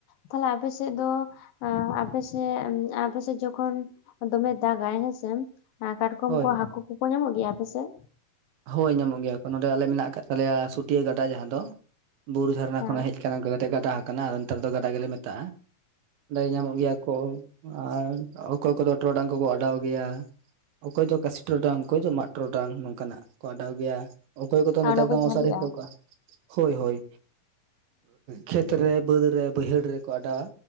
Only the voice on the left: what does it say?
ᱛᱟᱦᱞᱮ ᱟᱯᱮ ᱥᱮᱫ ᱫᱚ ᱟᱯᱮ ᱥᱮᱫ, ‌‌ ᱮᱸᱻ ᱟᱯᱮᱥᱮᱫ ᱡᱚᱠᱷᱚᱱ ᱫᱚᱢᱮ ᱫᱟᱜᱟᱭ ᱦᱮᱸᱥᱮ ᱠᱟᱴᱠᱚᱢ
ᱠᱚ ᱦᱟᱹᱠᱩ ᱠᱚᱠᱚ ᱧᱟᱢᱚᱜ ᱜᱮᱭᱟ ᱟᱯᱮ ᱥᱮᱫ
ᱦᱮᱸ
ᱟᱨ
ᱚᱱᱟ ᱠᱚ
ᱡᱷᱟᱹᱞᱤᱜᱼᱟ